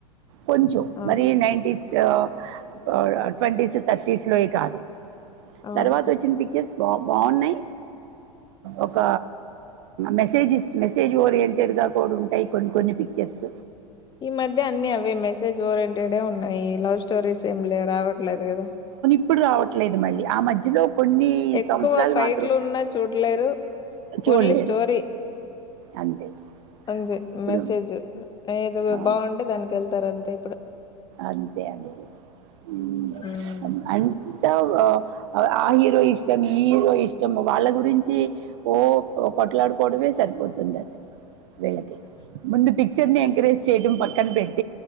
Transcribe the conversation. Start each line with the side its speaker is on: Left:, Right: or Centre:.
Right: కొంచెం
Left: అవును
Right: మరి నైన్టీస్ లో అవునా ట్వంటీస్ థర్టీస్ లోవి కాదు.
Left: అవును
Right: తర్వాత వచ్చిన పిక్చర్స్. బా బాన్నాయి ఒక మెసేజెస్ మెసేజ్ ఓరియంటెడ్గా కూడా ఉంటాయి కొన్ని కొన్ని పిక్చర్స్.
Left: ఈ మధ్య అన్ని అవే మెసేజ్ ఓరియంటెడే ఉన్నాయి. లవ్ స్టోరీస్ ఏం లే రావట్లేదు కదా?
Right: ఇప్పుడురావట్ లేదు మళ్ళీ ఆ మధ్యలో కొన్ని
Left: ఎక్కువ
Right: సంవత్సరాలు
Left: ఫైట్లు
Right: మాత్రం
Left: ఉన్నా చూడలేరు
Right: చూడలేరు
Left: ఓన్లీ స్టోరీ
Right: అంతే.
Left: అంతే
Right: ఇప్పుడు
Left: మెసేజ్ ఏది
Right: ఆ
Left: బాగుంటే దానికి ఎళ్ <unintelligible> తరఅంతే ఇప్పుడు.
Right: అంతే అండి హ్మ్
Left: ఉమ్
Right: అన్ <unintelligible> ఆ హీరో ఇష్టం ఈ హీరో ఇష్ట్ ఇష్టం వాళ్ళ గురించి ఓ కొట్లాడుకోవడమే సరిపోతుంది అసలు. వీళ్ళకు మొన్న పిక్చర్ ని ఎంకరేజ్ చేయటం పక్కనపెట్టిచ